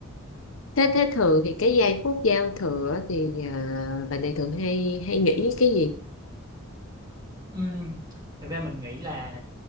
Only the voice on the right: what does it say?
ừ. thực ra mình nghĩ là